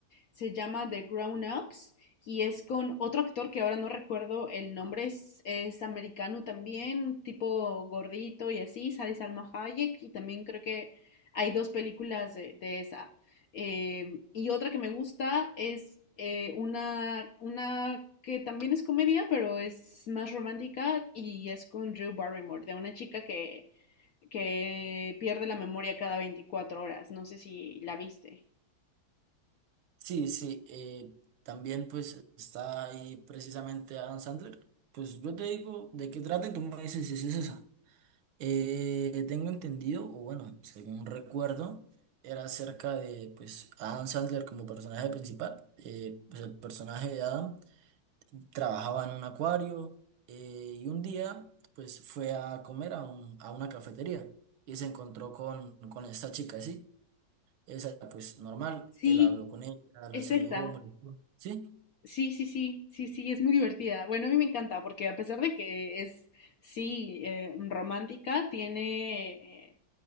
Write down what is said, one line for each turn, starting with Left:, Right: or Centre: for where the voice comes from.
Left: se llama The Grown Ups y es con otro actor que ahora no recuerdo el nombre, es, es americano también, tipo gordito y así, sale Salma Hayek y también creo que hay dos películas de, de esa. Eh, y otra que me gusta es eh, una, una que también es comedia, pero es más romántica y es con Drew Barrymore, de una chica que, que pierde la memoria cada 24 horas. No sé si la viste.
Right: Sí, sí, eh, también pues está ahí precisamente Adam Sandler. Pues yo te digo de qué trata y tú me dices si es esa. Eh, tengo entendido, o bueno, según recuerdo, era acerca de pues Adam Sandler como personaje principal. Eh, pues el personaje de Adam trabajaba en un acuario eh, y un día pues fue a comer a, un- a una cafetería y se encontró con, con esta chica, ¿sí? Esa, pues normal,
Left: Sí,
Right: él habló con ella,
Left: es
Right: la saludó,
Left: esa.
Right: me la dijo, ¿Sí?
Left: Sí, sí, sí, sí, sí, es muy divertida. Bueno, a mí me encanta porque a pesar de que es, sí, eh, romántica, tiene, eh,